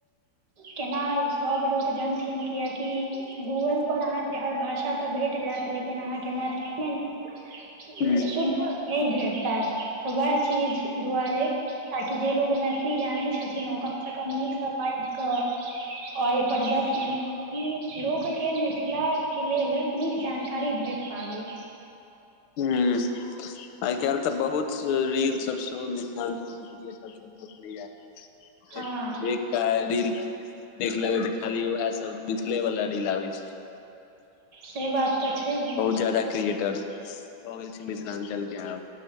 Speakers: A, on the right (about 55°); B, on the left (about 80°).
A: केना सब लोक जनथिन कियाकि गूगल पर अहाँके हर भाषा तऽ भेट जैत लेकिन अहाँके मैथिली में
B: ह
A: शुद्ध नइ भेट पात तऽ वएह चीज दुआरे ताकि जे लोक मैथिली जानैत छथिन ओ कमसँ कम नीकसँ बाइज कऽ आर अय पर दथिन लोकके मिथिलाके लेल नीक जानकारी भेट पाबइ
B: हूँ आइ काल्हि तऽ बहुत रील सब सेहो मिथिलांचल में क्रिएटर सब भे
A: हँ
B: एक सेक रील देख लेबै तऽ खाली वएह सब देखखले मिथलेवाला रील आबे छय
A: से बात तऽ छैहे
B: बहुत जाददा क्रिकेटर भऽ गेल छै मिथिलाञ्चल के आब